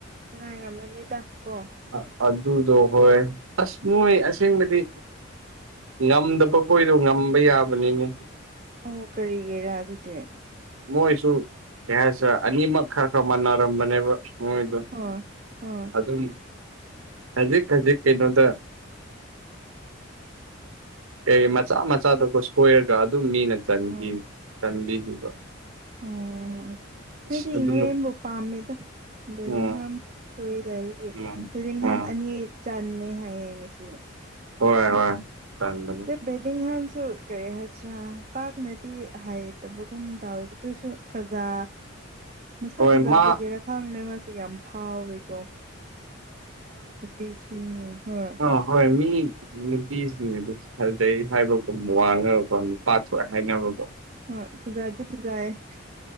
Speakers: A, on the right; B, on the right.
A: ꯅꯨꯡꯉꯥꯏꯔꯝꯃꯅꯤꯗ ꯀꯣ
B: ꯑ ꯑꯗꯨꯗꯣ ꯍꯣꯏ ꯑꯁ ꯃꯣꯏ ꯑꯁꯦꯡꯕꯗꯤ ꯉꯝꯗꯕꯈꯣꯏꯗꯣ ꯉꯝꯕ ꯌꯥꯕꯅꯤꯅꯦ
A: ꯑꯣ ꯀꯔꯤꯒꯤꯔꯥ ꯑꯗꯨꯗꯤ
B: ꯃꯣꯏꯁꯨ ꯀꯩ ꯍꯥꯏꯁꯤꯔꯥ ꯑꯅꯤꯃꯛ ꯈꯔ ꯈꯔ ꯃꯅꯥꯔꯝꯕꯅꯦꯕ ꯃꯣꯏꯗꯣ
A: ꯍꯣ ꯍꯣꯏ
B: ꯑꯗꯨꯝ ꯈꯖꯤꯛ ꯈꯖꯤꯛ ꯀꯩꯅꯣꯗ ꯀꯩ ꯃꯆꯥ ꯃꯆꯥꯗꯨꯗ ꯁꯣꯏꯔꯒ ꯑꯗꯨꯝ ꯃꯤꯅ ꯆꯟꯒꯤ
A: ꯑꯣ
B: ꯆꯟꯕꯤꯈꯤꯕ
A: ꯑꯣ ꯈꯣꯏꯗꯤ
B: ꯑꯁ ꯑꯗꯨ
A: ꯏꯪꯂꯦꯟꯕꯨ ꯄꯥꯝꯃꯤꯗ ꯕꯦꯂꯤꯡꯍꯝ
B: ꯎꯝ
A: ꯍꯣꯏ ꯂꯩꯕꯒꯤ
B: ꯎꯝ
A: ꯕꯦꯂꯤꯡꯍꯝ
B: ꯎꯝ
A: ꯑꯅꯤ ꯆꯟꯅꯦ ꯍꯥꯏꯌꯦ ꯉꯁꯤ
B: ꯍꯣꯏ ꯍꯣꯏ ꯆꯟꯕꯅꯦ
A: ꯕꯦꯂꯤꯡꯍꯝꯁꯨ ꯀꯔꯤ ꯍꯥꯏꯁꯤꯔꯥ ꯄꯥꯛꯅꯗꯤ ꯍꯩꯇꯕꯒꯨꯝ ꯇꯧꯋꯦ ꯑꯗꯨꯁꯨ ꯐꯖꯥ ꯃꯁꯛ
B: ꯍꯣꯏ
A: ꯐꯖꯕꯒꯤꯔ
B: ꯃꯥ
A: ꯈꯪꯗꯦ ꯃꯥꯁꯦ ꯌꯥꯝ ꯐꯥꯎꯔꯤꯀꯣ ꯅꯨꯄꯤꯁꯤꯡ ꯍꯣꯏ
B: ꯑ ꯍꯣꯏ ꯃꯤ ꯅꯨꯄꯤꯁꯤꯡ ꯑꯗꯨ ꯐꯖꯩ ꯍꯥꯏꯕꯒꯨꯝ ꯋꯥꯡꯉꯒꯀꯣ ꯅꯨꯄꯥ ꯊꯣꯛꯑꯦ ꯍꯥꯏꯅꯕꯒꯣ
A: ꯍꯣꯏ ꯐꯖꯥꯗꯤ ꯐꯖꯩ